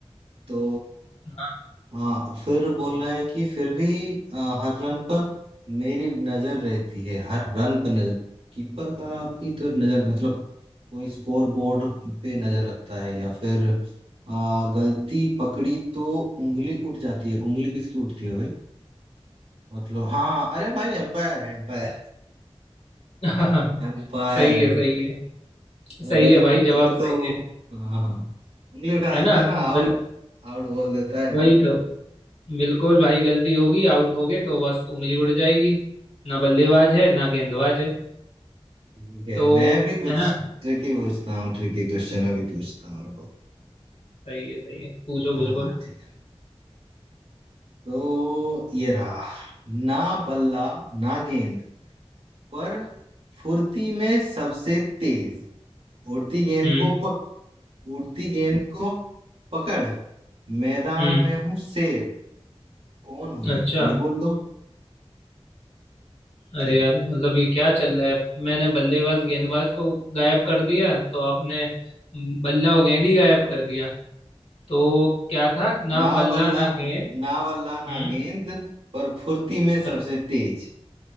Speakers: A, on the right; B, on the left.
A: तो
B: हाँ
A: हाँ फिर बोल रहा है कि फिर भी आ, हर रन पर मेरी नजर रहती है हर रन पर नजर कीपर का भी तो नजर मतलब कोई स्कोर बोर्ड पे नजर रखता है या फिर आ, गलती पकड़ी तो उंगली उठ जाती है उंगली किसकी उठती है भाई मतलब हाँ अरे भाई एम्पायर है एम्पायर
B: <laughs>
A: <laughs> एम्पायर
B: सही है सही है सही
A: गलती
B: है भाई जवाब
A: पकड़ी
B: सही
A: तो वो
B: है
A: हाँ हाँ उंगली उठा
B: है ना
A: देता है ना आउट
B: गल
A: आउट बोल देता है
B: वही तो बिल्कुल भाई गलती होगी आउट हो गए तो बस उंगली उड़ जाएगी ना बल्लेबाज है ना गेंदबाज है
A: ठीक है
B: तो
A: मैं भी कुछ
B: है ना
A: ट्रिकी पूछता हूँ ट्रिकी क्वेश्चन अभी पूछता हूँ रुको
B: सही है सही है पूछो
A: हाँ
B: बिल्कुल
A: ठीक है तो ये रहा ना बल्ला ना गेंद पर फुर्ती में सबसे तेज उड़ती गेंद
B: हम्म
A: को पक उड़ती गेंद को पकड़ मैदान
B: हम्म
A: में हूँ शेर कौन हूं मैं
B: अच्छा
A: ये बोल दो चलो
B: अरे यार मतलब ये क्या चल रहा है मैंने बल्लेबाज गेंदबाज को गायब कर दिया तो आपने बल्ला और गेंद ही गायब कर दिया तो क्या था ना
A: ना
B: बल्ला
A: वल्ला
B: ना गेंद
A: ना वल्ला ना
B: हम्म
A: गेंद पर फुर्ती में
B: और
A: सबसे तेज